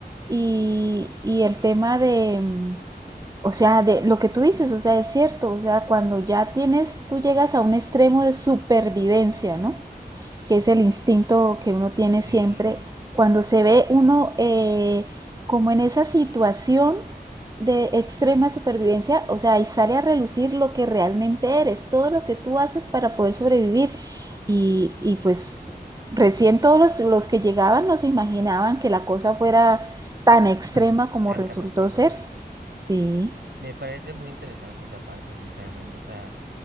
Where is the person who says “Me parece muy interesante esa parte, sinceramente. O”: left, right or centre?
Right